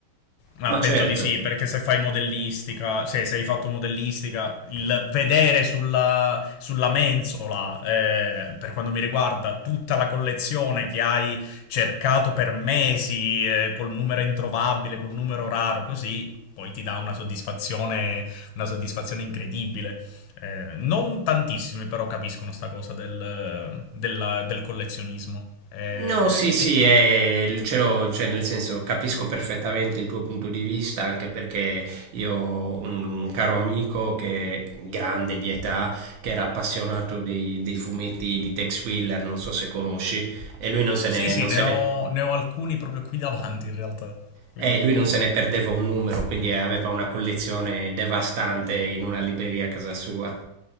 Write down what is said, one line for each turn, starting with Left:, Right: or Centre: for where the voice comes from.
Left: Ma
Right: Ma
Left: ah, penso
Right: certo.
Left: di sì, perché se fai modellistica, cioè se hai fatto modellistica, il vedere sulla, sulla mensola, eh, per quanto mi riguarda, tutta la collezione che hai cercato per mesi, eh, col numero introvabile, col numero raro, così, poi ti dà una soddisfazione, una soddisfazione incredibile. Eh, non tantissimi però capiscono sta cosa del, della- del collezionismo. Eh,
Right: No, sì, sì,
Left: e c-
Right: è, ce l'ho, cioè, nel senso capisco perfettamente il tuo punto di vista, anche perché io ho un, un caro amico che è grande di età, che era appassionato dei, dei fumetti di Tex Willer, non so se conosci, e lui non se
Left: Sì,
Right: ne,
Left: sì,
Right: non
Left: ne
Right: se
Left: ho,
Right: ne-
Left: ne ho alcuni proprio qui davanti in realtà. Quindi,
Right: eh, lui non se ne perdeva un numero, quindi aveva una collezione devastante in una libreria a casa sua.